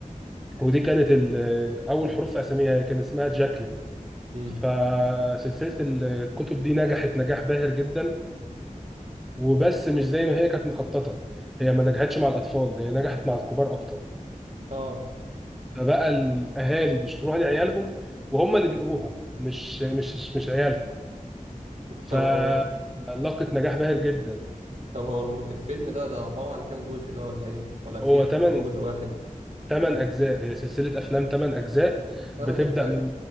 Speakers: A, in the centre; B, on the right.
A: ودي كانت ال- اول حروف في اساميها كان اسمها جاكلين
B: امم
A: فسلسله الكتب دي نجحت نجاح باهر جدا وبس مش زي ما هي كانت مخططه هي ما نجحتش مع الاطفال هي نجحت مع الكبار اكتر
B: اه
A: فبقى الاهالي بيشتروها لعيالهم وهم اللي بيقروها مش مش مش عيالهم فلاقت
B: طب هو
A: نجاح باهر جدا
B: طب هو الم- الفيلم ده ده عبارة عن كام جزء ده ولا ايه ولا في
A: هو تمن
B: ولا هو جزء واحد
A: ثمان اجزاء هي سلسله افلام ثمان اجزاء
B: ثمان
A: بتبدا
B: اجزاء
A: من